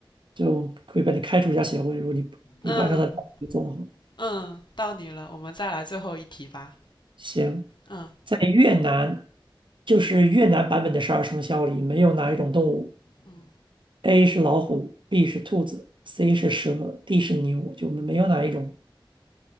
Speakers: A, on the right; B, on the left.
A: 就会把你开除一下协会。如果你不你不按照他的要求做的话，
B: 嗯嗯，到你了，我们再来最后一题吧。
A: 行，
B: 嗯
A: 在越南，就是越南版本的十二生肖里没有哪一种动物
B: 嗯，
A: ，A 是老虎，B 是兔子，C 是蛇，D 是牛，就没有哪一种